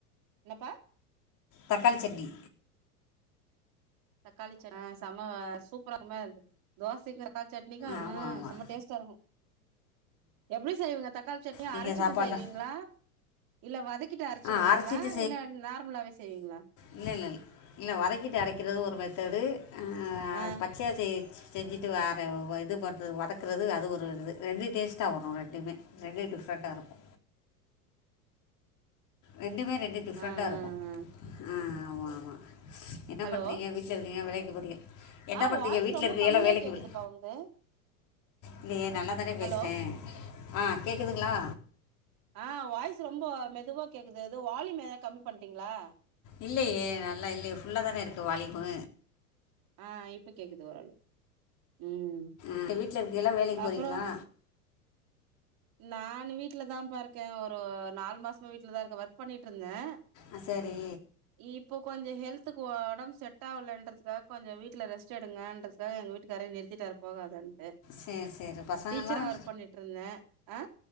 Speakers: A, on the right; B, on the left.
A: என்னப்பா
B: தக்காளிச்சட்னி
A: தக்காளி சட் ஆ செம சூப்பரா இருக்கும தோசைக்கு தக்காளி சட்னிக்கு ஆ
B: ஆமாம் ஆமாம்
A: செம டேஸ்ட் டா இருக்கு எப்டி செய்வீங்க தக்காளி சட்னி
B: நீங்கள்
A: அரைச்சிட்டு
B: சாப்பாடில்
A: செய்வீங்களா இல்ல வதக்கிட்டு அரைச்சிடுவீங்களா
B: ஆ அரைச்சிட்டு
A: இல்ல நார்மலாவே செய்வீங்களா
B: இல்ல இல்லல்ல வதக்கிட்டு அரைக்கிறது ஒரு மெத்தடு ஆ
A: ஆ
B: பச்சையா செய் செஞ்சுட்டு வேற இது பண்றது வதக்குறது அது ஒரு இது ரெண்டு டேஸ்டா வரு ரெண்டுமே ரெண்டு டிஃப்ரெண்டா இருக்கோ ரெண்டுமே ரெண்டு டிஃப்ரெண்டா
A: ஆ
B: இருக்கு
A: ஆ ஆ
B: ஆ ஆமா ஆமா என்ன
A: ஹலோ
B: பண்றீங்க வீ ட்ல இருக்கீங்க வேலைக்கு போறீங்க என்ன
A: ஆ
B: பண்றீங்க
A: வாய்ஸ்
B: வீட்ல
A: ரொம்ப
B: இருக்கியலா
A: கம்மியா
B: வேலைக்கு
A: கேக்குதுப்பா
B: போல
A: உன்து
B: இல்லயே நல்லா தானே பேசுறே
A: ஹலோ
B: ஆ கேக்குதுங்களா
A: ஆ வாய்ஸ் ரொம்ப மெதுவா கேக்குது எதோ வால்யூம் எதா கம்மி பண்ட்டீங்களா
B: இல்லயே நல்லா இல்லயே ஃபுல்லா தான இருக்கு வாலிமு
A: ஆ இப்ப கேக்குது ஓரளவு ம்
B: எங்க வீட்ல இருக்கீயலா வேலைக்கு
A: அப்புறோ
B: போறீங்களா
A: நானு வீட்டுலதாபா இருக்கே ஒரு நாலு மாசமா வீட்டுலதா இருக்கே ஒர்க் பண்ணிட்ருந்தே
B: ஆ சரி
A: இப்போ கொஞ்ச ஹெல்த்து ஒடம்பு செட் ஆகலன்றதுக்காக கொஞ்ச வீட்ல ரெஸ்ட் எடுங்க காக எங்க வீட்டுக்காரே நிறுத்திட்டாரு போகதுன்ட்டு
B: சரி சரி பசங்கள்லாம்
A: டீச்சரா ஒர்க் பண்ணிட்ருந்தே ஆ